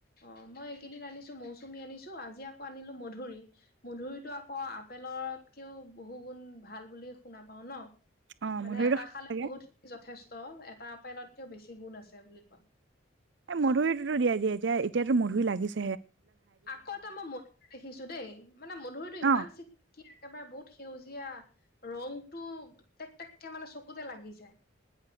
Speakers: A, on the left; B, on the right.
A: অঁ, মই এইকেইদিন আনিছো মৌচুমী আনিছো আজি আকৌ আনিলো মধুৰি, মধুৰিতটো আকৌ আপেলতকেও বহু গুণ ভাল বুলি শুনা পা ন <unintelligible>
B: অ
A: মানে
B: মধুৰিটো
A: এটা
B: খাব
A: খালে
B: লাগে
A: বহুতিনি যথেষ্ট ত এটা আপেলতকেও বেছি গুণ আছে বুলি কয়।
B: এ' মধুৰিটোতো দিয়া দিয়া যে এতিাতো মধু লাগিছে
A: আকৌ এটা মই মধুুৰ দেখিছো দেই, মানে মধুুৰীতটো
B: ন
A: ইমান চিক একেবাৰে বহুত সেউজীয়া, ৰংটো টেক টেককে মানে চকুতে লাগি যায়,